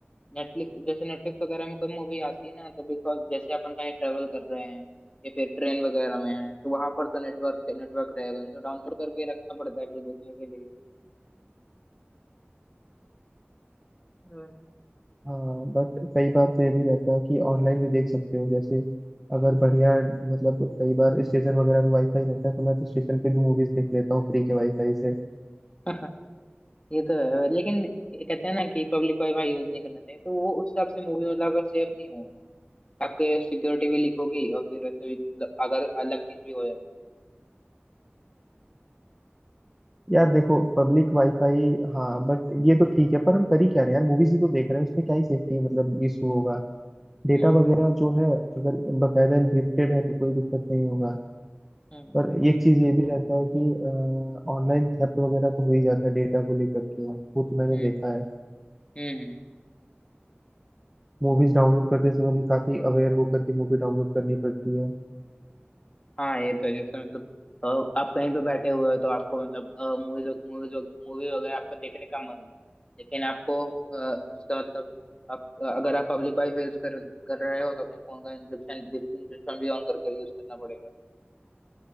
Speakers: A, on the left; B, in the centre.
A: नेटफ्लिक्स जैसे नेटफ्लिक्स वगैरह में कोई मूवी आती है ना तो बिकॉज जैसे अपन कहीं ट्रेवल कर रहे हैं या फिर ट्रेन वगैरह में है तो वहां पर तो नेटवर्क नेटवर्क रहेगा नहीं तो डाउनलोड करके रखना पड़ता है फिर देखने के लिए हाँ।
B: हाँ बट कई बार तो ये भी रहता है कि ऑनलाइन भी देख सकते हो जैसे अगर बढ़िया मतलब कई बार स्टेशन वगैरह पे वाईफाई रहता है तो मैं तो स्टेशन पे भी मूवीज देख लेता हूँ फ्री के वाईफाई से
A: <laughs> ये तो है लेकिन कहते हैं ना कि पब्लिक वाईफाई यूज नहीं करना चाहिए तो वो उस हिसाब से मूवी मतलब अगर सेफ नहीं हो आपके सिक्योरिटी भी लीक होगी और फिर वैसे भी मतलब अगर अलग चीज भी हो जाता है।
B: यार देखो पब्लिक वाईफाई हाँ बट ये तो ठीक है पर हम कर ही क्या रहे हैं यार मूवीज ही तो देख रहे हैं उसमें क्या ही सेफ्टी मतलब इशू होगा डेटा
A: हम्म
B: वगैरह जो है अगर बकायदा इंक्रिप्टेड है तो कोई दिक्कत नहीं होगा
A: हम्म
B: और एक चीज ये भी रहता है कि ऑनलाइन थेफ्ट वगैरह तो हो ही जाता है डेटा को लेकर के यार वो तो मैंने
A: हम्म
B: देखा है
A: हम्म
B: मूवीज डाउनलोड करते समय भी काफी अवेयर होकर के मूवी डाउनलोड करनी पड़ती है
A: हाँ ये तो है, जैसे मतलब अ, आप कहीं पे बैठे हुए हो तो आपको मतलब मूवीज मूवीज मूवी वगैरह आपको देखने का मन हुआ लेकिन आपको अ, उसका मतलब आप अ, अगर आप पब्लिक वाईफाई यूज कर कर रहे हो तो अपने फोन का इंक्रिप्शन इंक्रिप्शन भी ऑन करके यूज करना पड़ेगा